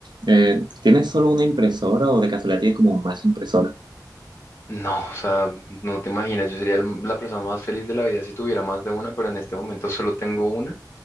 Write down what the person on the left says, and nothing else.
No, o sea, no te imaginas, yo sería el- la persona más feliz de la vida si tuviera más de una, pero en este momento solo tengo una